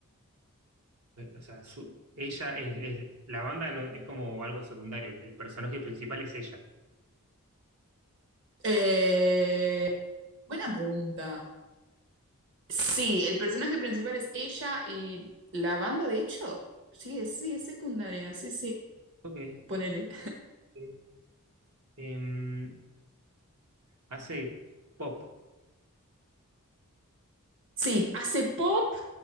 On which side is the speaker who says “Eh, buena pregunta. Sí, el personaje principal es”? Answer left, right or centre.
Right